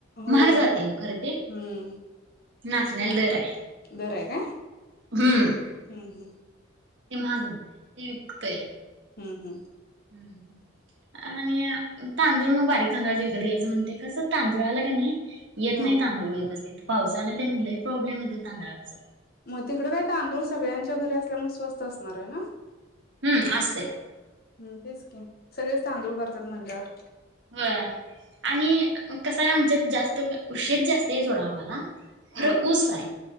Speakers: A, on the left; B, on the right.
A: होय
B: महाग
A: होय
B: जाते खरे ते
A: हम्म
B: नाचण्याला दर आहे.
A: बर आहेय का?
B: हम्म.
A: हम्म हम्म.
B: निम माग मते वि इिकत
A: हम्म हम्म.
B: हम्म. आणि तांदूळ मग बारीक तांदूळा विकत घ्यायचं म्हणते कसं तांदूळ आला का नाही. येत
A: हा
B: नाही तांदूळ व्यवस्थित पावसाने त्यांलाही प्रॉब्लेम येतो तांदळाचा
A: मग तिकड का तर आंदोलळ सगळ्यांच्या घरी असल्यामुळे स्वस्त असणार आहे ना.
B: हम्म असते.
A: हम्म तेच कीन सगळेच तांदूळ करतात म्हणल्यावर
B: ह आणि कसं आहे आमच्यात जास्त उशीध जास्त आहे जोडा आम्हाला खरं
A: हा
B: ऊस आहे